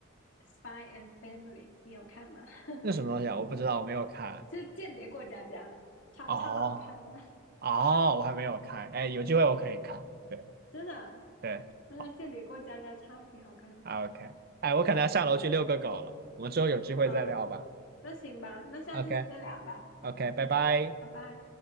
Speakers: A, on the left; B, on the right.
A: 《Spy and Family》，你有看吗？<laughs>
B: 那什么东西啊？我不知道，我没有看。
A: 就《间谍过家家》超超好看的，
B: 哦哦，我还没有看。哎，有机会我可以看。对
A: 真的，
B: 对，
A: 那个《间谍过家家》超级好看。
B: 好 o k 哎，我可能要下楼去遛个狗了，我们之后有机会再聊吧。
A: 啊。那行吧，那下次再聊吧。
B: OK
A: 好的，
B: OK，拜拜。
A: 拜拜。